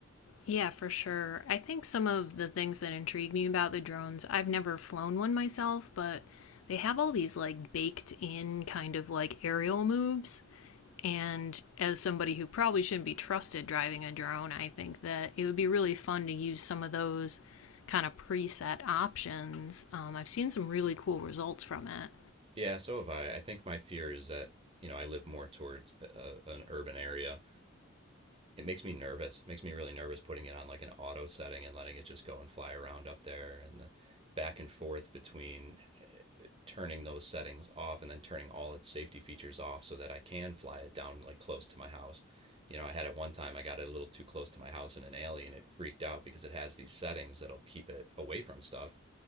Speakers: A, on the left; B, on the right.
A: Yeah, for sure. I think some of the things that intrigue me about the drones, I've never flown one myself, but they have all these like baked in kind of like aerial moves. And as somebody who probably shouldn't be trusted driving a drone, I think that it would be really fun to use some of those kind of preset options. Um, I've seen some really cool results from it.
B: Yeah, so have I. I think my fear is that, you know, I live more towards uh, an urban area. It makes me nervous. It makes me really nervous putting it on like an auto setting and letting it just go and fly around up there and the back and forth between uh, turning those settings off and then turning all its safety features off so that I can fly it down like close to my house. You know, I had it one time, I got it a little too close to my house in an alley and it freaked out because it has these settings that'll keep it away from stuff